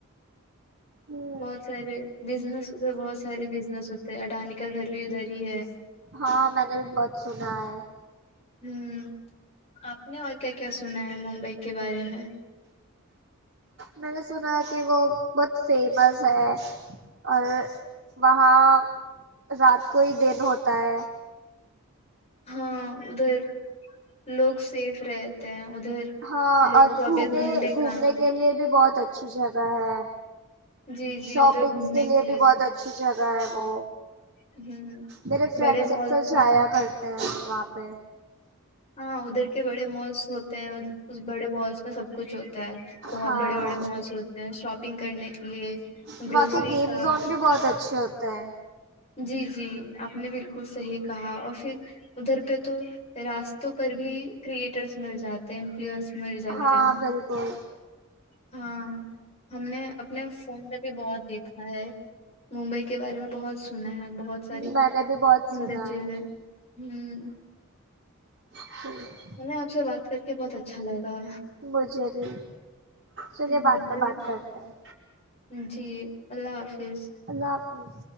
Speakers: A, on the right (about 55°); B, on the left (about 30°).
A: ہ
B: بہت سارے بزنس ادھر بہت سارے بزنس ہوتے ہیں اڈانی کا گھر بھی ادھر ہی ہے
A: ہاں میں نے بھی بہت سنا ہے
B: ہوں آپ نے اور کیا کیا سنا ہے ممبئی کے بارے میں
A: میں نے سنا ہے کہ وہ بہت فیمس ہے اور وہاں رات کو ہی دن ہوتا ہے
B: ہاں ادھر لوگ سیف رہتے ہیں ادھر
A: ہاں
B: لوگ
A: اور
B: چوبیس
A: گھومنے
B: گھنٹے
A: گھومنے
B: کام
A: کے لیے بھی بہت اچھی جگہ ہے
B: جی جی
A: شاپنگس
B: ادھر گھومنے
A: کے لیے بھی
B: تھے
A: بہت اچھی جگہ ہے وہ
B: ہ
A: میرے فرینڈس
B: بڑے مالس
A: اکثر جایا
B: میں
A: کرتے ہیں وہاں پہ
B: ہاں ادھر کے بڑے مالس ہوتے ہیں بڑے مالس میں سب کچھ ہو ہوتا ہے بہت
A: ہاں
B: بڑے بڑے مالس ہوتے ہیں شاپنگ کرنے کے لیے
A: وہاں
B: گروسری
A: کے گیم
B: کا
A: زون بھی بہت اچھے ہوتے ہیں
B: جی جی آپ نے بالکل صحیح کہا اور پھر ادھر پہ تو راستوں پر بھی کریئٹرس مل جاتے ہیں انفلوئنس مل جاتے
A: ہاں
B: ہیں
A: بالکل
B: ہاں ہم نے اپنے فون میں بھی بہت دیکھا ہے ممبئی کے بارے میں بہت سنا ہے بہت ساری
A: میں
B: سندر
A: نے بھی بہت سنا
B: چیزیں
A: ہے
B: ہمم
A: ہاں
B: ہمیں آپ سے بات کر کے بہت اچھا لگا
A: مجھے بھی چلیے
B: ہ اللہ
A: بات میں بات کرتے ہیں
B: جی اللہ حافظ
A: اللہ حافظ